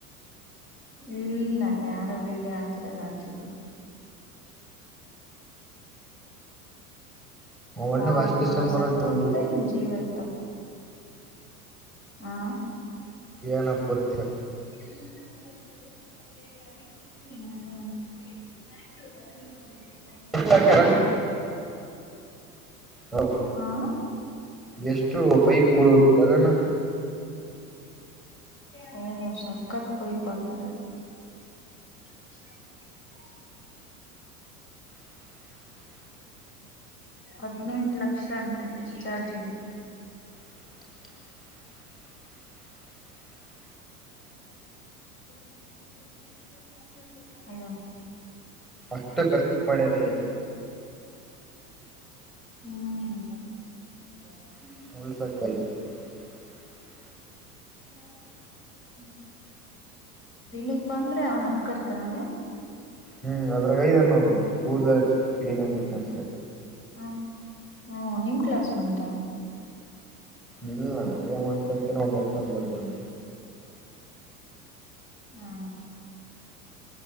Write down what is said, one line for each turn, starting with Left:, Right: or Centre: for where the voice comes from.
Left: ಇಲ್ಲ ಯಾರ ವಿಡಿಯೋ ಹಾಕಿರೋದ ಆತು
Centre: ಅಣ್ಣಗ್
Left: ಪಾಪ
Centre: ಅಷ್ಟ ಇಷ್ಟನ
Left: ಅವ
Centre: ಬರಲ್ಲ
Left: ಸತ್ತ
Centre: ಇವಾಗ
Left: ಹೋಗಿದ್ದ
Centre: ಊರ
Left: ನಿಮ್ ಜೀವ ಇತ್ತಪ್ಪ ಹಾ
Centre: ಏನಪ್ಪ ಗೊತ್ತಿಲ್ಲ
Left: ಹ <unintelligible>
Centre: ಹಾಕ್ಯಾರಲ್ಲಿ ಹ
Left: ಹ್ಮ್
Centre: ಎಷ್ಟು ಪೈಪ್ ಕೊಡ ಅಲ್ಲ ನ
Left: ಹ್ಮ ಸಖತ್ ಪೈ ಪಾಕಿದಾರ <unintelligible>
Centre: <unintelligible>
Left: ಹದಿನೆಂಟು ಲಕ್ಷ ಅಂತೆ ಡಿಸ್ಚಾರ್ಜಿಗೆ
Centre: <unintelligible>
Left: <unintelligible> ಹಲೋ
Centre: ಅಷ್ಟು ಖರ್ಚು ಮಾಡ್ಯಾರಿ
Left: ಹ್ಮ್
Centre: <unintelligible>
Left: ಇಲ್ಲ ಹ್ಮ ದಿಲೀಪ ಅಂದ್ರೆ ಅವನ್ ಹತ್ಕಡ್ತಾನಲ್ಲ
Centre: ಹ್ಮ್ ಅದ್ರಾಗೈದಾನ ನೋಡು ಕೂರ್ಲಿನೇ ಬತ
Left: ಹ ಹ್ಮ ನಿಮ ಕ್ಲಾಸ್ ಮೆಂಟ್
Centre: ಇಲ್ಲ ಏಮ ಅನ್ಂತಕನ ಒಂದ್ ಎರ್ಸ ದಡ್ಡನ್
Left: ಹಾ